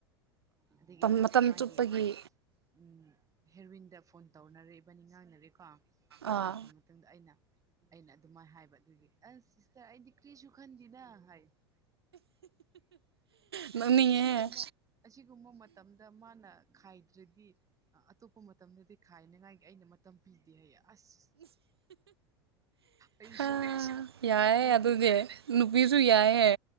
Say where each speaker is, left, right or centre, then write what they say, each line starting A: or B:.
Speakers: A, on the right; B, on the right.
A: ꯑꯗꯨꯒꯤ
B: ꯃꯇꯝ
A: ꯃꯥꯒꯤ
B: ꯆꯨꯞꯄꯒꯤ
A: ꯎꯝ ꯍꯦꯔꯋꯤꯟꯗ ꯐꯣꯟ ꯇꯧꯅꯔꯦ ꯏꯕꯥꯅꯤ ꯉꯥꯡꯅꯔꯦꯀꯣ ꯉꯥꯡꯅꯈ꯭ꯔ
B: ꯑꯥ
A: ꯃꯇꯨꯡꯗ ꯑꯩꯅ ꯑꯩꯅ ꯑꯗꯨꯃꯥꯏꯅ ꯍꯥꯏꯕ ꯑꯗꯨꯒꯤ ꯑꯁ ꯁꯤꯁꯇꯔ ꯑꯩꯗꯤ ꯀ꯭ꯔꯤꯁꯨ ꯈꯟꯗꯦꯅ ꯍꯥꯏ
B: ꯅꯣꯛꯅꯤꯡꯉꯦꯍꯦ
A: ꯑꯁꯤꯒꯨꯝꯕ ꯑꯁꯤꯒꯨꯝꯕ ꯃꯇꯝꯗ ꯃꯥꯅ ꯈꯥꯏꯗ꯭ꯔꯗꯤ ꯑꯇꯣꯞꯄ ꯃꯇꯝꯗꯗꯤ ꯈꯥꯏꯅꯤꯉꯥꯏꯒꯤ ꯑꯩꯅ ꯃꯇꯝ ꯄꯤꯗꯦ ꯍꯥꯏꯌꯦ ꯑꯁ ꯑꯩꯁꯨ
B: ꯑꯥ ꯌꯥꯏꯌꯦ
A: ꯍꯣꯔꯦꯟꯅꯦ
B: ꯑꯗꯨꯗꯤ ꯅꯨꯄꯤꯁꯨ ꯌꯥꯏꯌꯦ